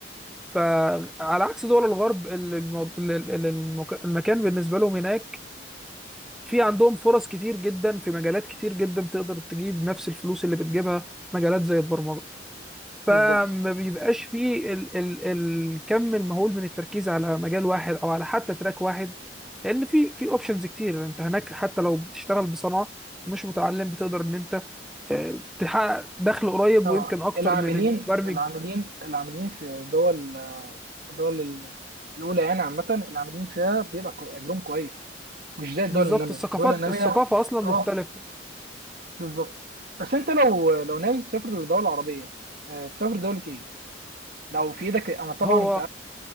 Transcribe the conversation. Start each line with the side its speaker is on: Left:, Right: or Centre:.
Centre: فعلى عكس دول الغرب ال- المو- ال- ال- المك- المكان بالنسبة لهم هناك في عندهم فرص كتير جدا في مجالات كتير جدا تقدر تجيب نفس الفلوس اللي بتجيبها مجالات زي البرمجة فما
Right: بالظبط
Centre: بيبقاش فيه ال ال الكم المهول من التركيز على مجال واحد او على حتى تراك واحد لان في في اوبشنز كتير انت هناك حتى لو بتشتغل بصنعه ومش متعلم بتقدر ان انت آه، تحقق دخل قريب
Right: اه
Centre: ويمكن اكتر
Right: العاملين
Centre: من المبرمج
Right: العاملين العاملين في دول الدول ال- الأولى يعني عامة اللي عاملين فيها بيبقى كو- أجرهم كويس مش زي الدول
Centre: بالظبط
Right: النامية
Centre: الثقافات
Right: الدول النامية
Centre: الثقافه اصلا
Right: اه
Centre: مختلفه
Right: بالظبط بس أنت لو لو ناوي تسافر لدولة عربية آه، تسافر دولة إيه؟ لو في إيدك أنا طبعا
Centre: هو
Right: أنت